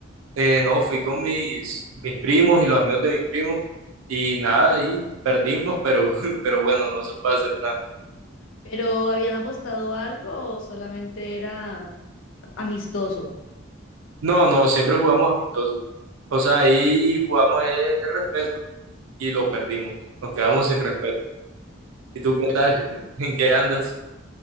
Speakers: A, on the right (about 85°); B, on the left (about 70°).
A: Eh, no, fui con mis, mis primos y los amigos de mis primos y nada, ahí perdimos, pero, <laughs> pero bueno, no se puede hacer nada.
B: ¿Pero habían apostado algo o solamente era amistoso?
A: No, no, siempre jugamos amistosos. O sea, ahí jugamos el respeto y lo perdimos. Nos quedamos sin respeto. ¿Y tú qué tal? <laughs> ¿En qué andas?